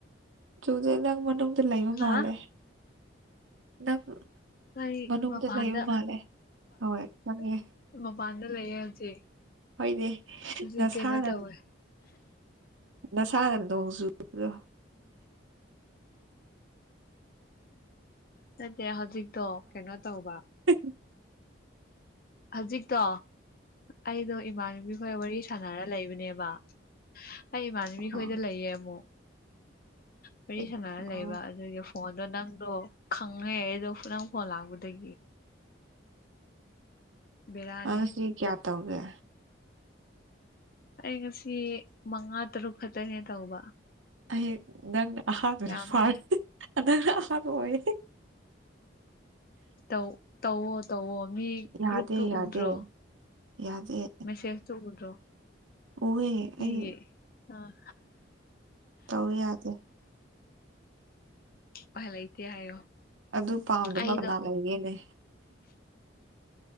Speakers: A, on the right (about 80°); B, on the left (about 50°).
A: ꯆꯨꯗꯦ ꯅꯪ ꯃꯅꯨꯡꯗ ꯂꯩꯕ
B: ꯍꯥ
A: ꯃꯥꯂꯦ ꯅꯪ
B: ꯑꯩ
A: ꯃꯅꯨꯡꯗ
B: ꯃꯄꯥꯟꯗ
A: ꯂꯩꯕ ꯃꯥꯜꯂꯦ ꯍꯣꯏ ꯈꯪꯉꯦ
B: <inaudible> ꯃꯄꯥꯟꯗ ꯂꯩꯌꯦ ꯍꯧꯖꯤꯛ
A: ꯍꯣꯏꯅꯦ
B: ꯍꯧꯖꯤꯛ
A: ꯅꯁꯥꯅ
B: ꯀꯩꯅꯣ ꯇꯧꯋꯦ
A: ꯅꯁꯥꯅ ꯅꯣꯡ ꯆꯨꯕꯗꯣ
B: ꯅꯠꯇꯦ ꯍꯧꯖꯤꯛꯇꯣ ꯀꯩꯅꯣ ꯇꯧꯕ
A: ꯎ
B: ꯍꯧꯖꯤꯛꯇꯣ ꯑꯩꯗꯣ ꯏꯃꯥꯟꯅꯕꯤ ꯈꯣꯏ ꯋꯥꯔꯤ ꯁꯥꯟꯅꯔ ꯂꯩꯕꯅꯦꯕ꯫ ꯑꯩ ꯏꯃꯥꯟꯅꯕꯤ
A: ꯑꯣ
B: ꯈꯣꯏꯗ ꯂꯩꯌꯦ ꯑꯃꯨꯛ ꯋꯥꯔꯤ
A: ꯑꯦ
B: ꯁꯥꯟꯅꯔ ꯂꯩꯕ
A: ꯑꯣ
B: ꯑꯗꯨꯒꯤ ꯐꯣꯟꯗꯣ ꯅꯪꯗꯣ ꯈꯪꯔꯦ ꯑꯩꯗꯣ ꯅꯪ ꯐꯣꯟ ꯂꯥꯛꯄꯗꯒꯤ ꯕꯦꯔꯥꯅꯤ
A: ꯑ ꯁꯤ ꯀꯌꯥ ꯇꯧꯒꯦ?
B: ꯑꯩ ꯉꯁꯤ ꯃꯉꯥ ꯇꯔꯨꯛ ꯈꯛꯇꯅꯦ ꯇꯧꯕ꯫
A: ꯑꯩ ꯅꯪꯅ ꯑꯍꯥꯟꯕꯅꯦ
B: ꯌꯥꯝꯗꯦ
A: ꯐꯥꯔꯁ ꯅꯪꯅ ꯑꯍꯥꯟꯕ ꯑꯣꯏꯌꯦ
B: ꯇꯧꯇꯧꯋꯣ ꯇꯧꯋꯣ ꯃꯤ
A: ꯌꯥꯗꯦ
B: ꯒ꯭ꯔꯨꯞꯇꯨ
A: ꯌꯥꯗꯦ
B: ꯎꯗ꯭ꯔꯣ
A: ꯌꯥꯗꯦ
B: ꯃꯦꯁꯦꯁꯇꯨ ꯎꯗ꯭ꯔꯣ
A: ꯎꯋꯦ
B: ꯃꯤꯒꯤ
A: ꯑꯩ
B: ꯑꯥ
A: ꯇꯧ ꯌꯥꯗꯦ
B: ꯐꯜ ꯂꯩꯇꯦ ꯍꯥꯏꯌꯣ
A: ꯑꯗꯨ ꯄꯥꯝꯗꯕ
B: ꯑꯩꯗꯣ
A: ꯀꯅꯥ ꯂꯩꯒꯦꯅꯦ